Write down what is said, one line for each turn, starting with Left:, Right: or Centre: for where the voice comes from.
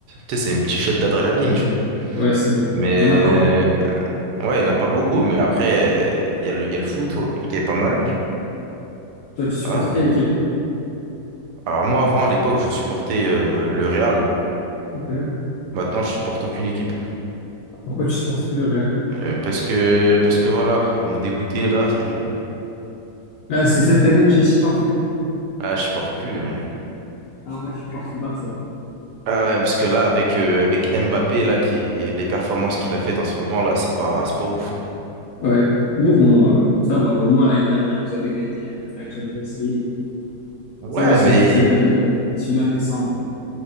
Right: sais, c'est un petit shot d'adrénaline, tu vois.
Left: Ouais, c'est vrai.
Right: Mais
Left: Il y en a pas.
Right: ouais, il n'y en a pas beaucoup. Mais après, euh, il y a le, il y a le foot, ouais, qui est pas mal.
Left: Toi, tu supportes
Right: Voilà, donc.
Left: quelle équipe?
Right: Alors moi, avant, à l'époque, je supportais euh, le Real.
Left: Ok.
Right: Maintenant, je supporte aucune équipe
Left: Pourquoi tu supportes plus le Real?
Right: Euh, parce que, parce que voilà, ils m'ont dégoûté là. Ça y est.
Left: Là, c'est cette année que tu les supportes plus.
Right: Ah, je supporte plus. hein.
Left: Ah, moi, je supporte plus Barça.
Right: Ah ouais, parce que là, avec, euh, avec Mbappé, là, qui, les performances qu'il a faites en ce moment, là, c'est pas, c'est pas ouf. hein.
Left: Ouais. Mais bon, euh, ça va. Au moins, l'année dernière, vous avez gagné euh, la Champions League.
Right: Ouais,
Left: Ça va, c'est
Right: mais
Left: juste cette année, euh, c'est une année sans, quoi.